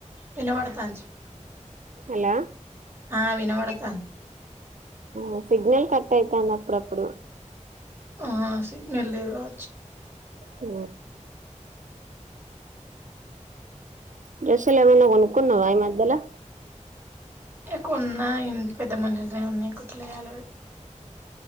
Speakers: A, on the right (about 15°); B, on the right (about 80°).
A: వినబడతాను చెప్పు
B: హలో
A: ఆ వినబడుతోంది
B: ఆ సిగ్నల్ కట్ అయితంది అప్పుడప్పుడు
A: ఆ సిగ్నల్ లేదు కావ
B: అఓ డ్రెస్సులు ఎమన్నా కొనుక్కున్నావా ఈ మధ్యలా
A: కొన్నా ఇంత పెద్ద మళ్లియనే ఉన్నాయి కుట్లాయాలవి